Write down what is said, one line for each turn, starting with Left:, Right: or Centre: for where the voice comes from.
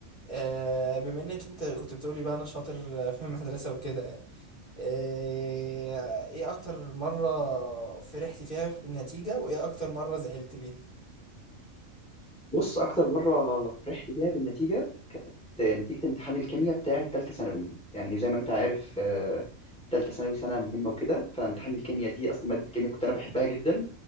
Left: آه بما إنك أنت كنت بتقولي بقى أنا شاطر <laughs> في المدرسة وكده يعني آه إيه أكتر مرة فرحت فيها في النتيجة وإيه أكتر مرة زعلت فيها؟
Centre: بص اكتر مرة فرحت بيها بالنتيجة نتيجة امتحان الكيمياء بتاعي تالتة ثانوي يعني زي ما انت عارف آه، تالتة ثانوي سنة مهمة وكده فامتحان الكيمياء دي أصلا مادة الكيمياء كنت أنا بحبها جدا